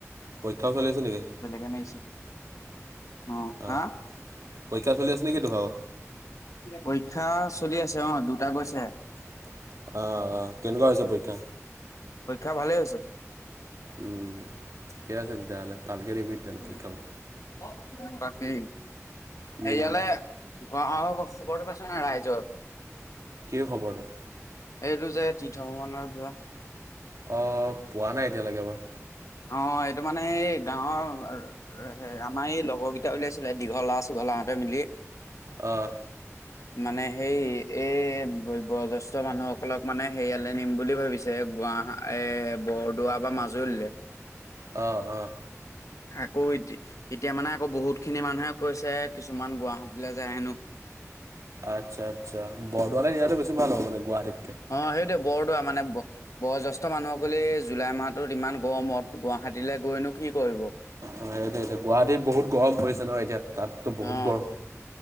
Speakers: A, on the right; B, on the left.
A: পৰীক্ষাও চলি আছে নেকি?
B: বেলেগে মাইছি। উ,
A: অ',
B: হা?
A: পৰীক্ষা চলি আছে নে কি তো ভাগ?
B: পৰীক্ষা চলি আছে অ দুটা গৈছে
A: আহ আহ কেনেকুৱা হৈছে পৰীক্ষা
B: পৰীক্ষা ভালেই হৈছে
A: উম ঠিকে আছে তেতিয়াহ'লে। ভালকে দিবি তেতিয়াহ'লে
B: উ
A: পৰীক্ষাবোৰ।
B: মই কৈছিলো নে নাই, তাকে।
A: উম,
B: হেইৱলে, গোৱাও খবৰটো পাইছ না ৰাইজৰ?
A: কিহ খবৰটো?
B: এইটো যে তীৰ্থ ভ্ৰমণত যোৱা।
A: অ' পোৱা নাই এতিয়ালৈকে মই।
B: অ এইটো মানে এই গাঁৱৰ আমাৰ এই লগৰকেইটা উলিয়াইছিলে দীঘলা চিঘলা হতে মিলি।
A: অহ
B: মানে হেই এ ব-বয়োজ্যেষ্ঠ মানুহসকলক মানে হেইয়ালে নিম বুলি ভাবিছে। গুৱাহা, এ বৰদোৱা বা মাজুলীলে।
A: অ', অ'।
B: আকৌ এতি, এতিয়া মানে আকৌ বহুতখিনি মানুহে কৈছে কিছুমান গুৱাহাটীলৈ যায় হেনো। <inaudible>
A: আচ্ছা আচ্ছা বৰদোৱালে ইয়াতো বেছি ভাল হ'ব মানে গুৱাহাটীত
B: অ' হেটোৱে, বৰদোৱা মানে ব, বজ্যেষ্ঠ মানুহসকলে জুলাই মাহটোত ইমান গৱমত গুৱা হাতীলে গৈ নো কি কৰিব
A: অ সেইটোটো গুৱাহাটীত বহুত গৰম পৰিছে ন এতিয়া তাততো বহুত
B: অ'
A: গৰম।